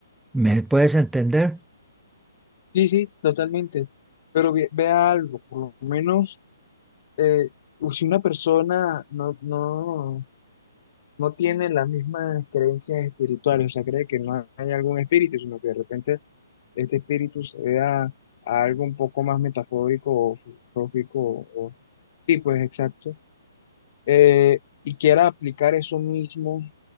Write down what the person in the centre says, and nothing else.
¿Me puedes entender?